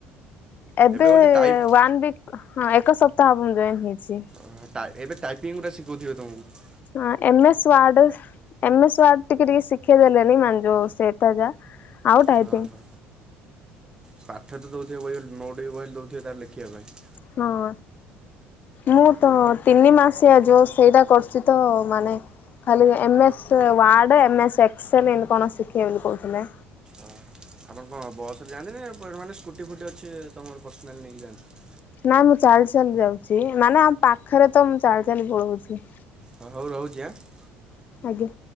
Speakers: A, on the left (about 40°); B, on the right (about 15°).
A: ଏବେ
B: ବୋଧେ ଟାଇପ୍
A: ୱାନ୍ ୱିକ୍ ହଁ ଏକ ସପ୍ତାହବ ମୁଁ ଜଏନ୍ ହେଇଛି।
B: ଓ ଏବେ ଟାଇପିଙ୍ଗ ଗୁଡ଼ା ଶିଖଉଥିବେ ତମକୁ।
A: ହଁ M S Word M S Word ଟିକେ ଟିକେ ଶିଖେଇ ଦେଲେଣି ମାନେ ଯୋଉ ଏତା ଯା ଆଉ ଟାଇପିଂ
B: ହଁ ହଁ ପାଠ ତ ଦେଉଥିବେ ବହି ନୋଟ୍ ବହିିଲ ଦେଉଥିବ ତାର ଲେଖିବା ପାଇଁ।
A: ହଁ। ମୁଁ ତ ତିନି ମାସିଆ ଯୋଉ ସେଇଟା କରୁଛି ତ ମାନେ ଖାଲି M S Word M S Excel ଏମିତି କଣ ଶିଖେଇବେ ବୋଲି କହୁଥିଲେ।
B: ଓ ହୋ ଆପ କଣ ବସରେ ଯାଆନ୍ତି ନା ମାନେ ସ୍କୁଟି ଫୁଟି ଅଛି ତମର ପର୍ସନାଲି ନେଇକି ଯାଆନ୍ତି?
A: ନାଇଁ ମୁଁ ଚାଲି ଚାଲି ଯାଉଛି ମାନେ ଆମ ପାଖରେ ତ ମୁଁ ଚାଲି ଚାଲି ପଳଉଛି।
B: ହଁ ହଉ ରହୁଛି ଆଁ।
A: ଆଜ୍ଞା।